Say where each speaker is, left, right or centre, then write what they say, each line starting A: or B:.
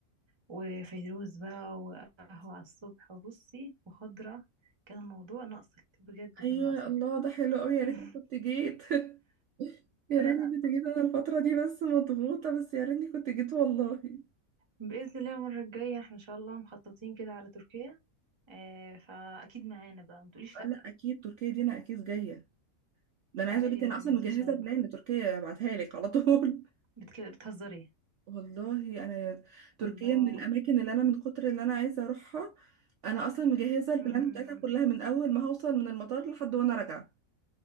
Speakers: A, on the right; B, on the right.
A: وفيروز بقى وقهوة على الصبح وبصي وخضرة كان الموضوع ناقصك بجد
B: ايوه
A: كان ناقصك
B: الله ده حلو قوي يا
A: <laughs>
B: ريتني كنت جيت <laughs> يا
A: انا
B: ريتني كنت جيت انا الفتره دي بس مضغوطه بس يا ريتني كنت جيت والله
A: بإذن الله المرة الجاية احنا ان شاء الله مخططين كده على تركيا آه فأكيد معانا بقى ما تقوليش
B: آه
A: لأ
B: لا اكيد تركيا دي انا اكيد جايه ده انا
A: ايوه
B: عايزه اقول لك انا اصلا
A: يا بنتي
B: مجهزه
A: ان شاء الله
B: بلان لتركيا ابعتها لك على طول
A: بتكل... بتهزري
B: والله انا تركيا
A: الله
B: من الاماكن اللي انا من كتر اللي انا عايزه اروحها انا اصلا مجهزه البلان
A: م -م.
B: بتاعتها كلها
A: م.
B: من اول ما هوصل من المطار لحد وانا راجعه